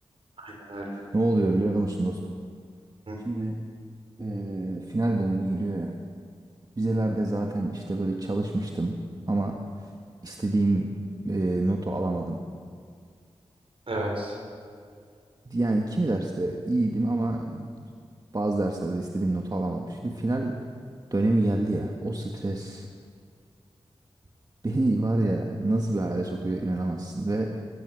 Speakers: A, on the right; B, on the right.
A: Aynen öyle.
B: Ne oluyor biliyor musun dostum?
A: Hı,
B: Şimdi eee, final dönemi geliyor ya. Vizelerde zaten işte böyle çalışmıştım ama istediğim eee, notu alamadım.
A: evet.
B: Yani kimi derste iyiydim ama bazı derslerde istediğim notu alamadım. Şimdi final dönemi geldi ya. O stres <laughs> beni var ya nasıl bir hale sokuyor inanamazsın ve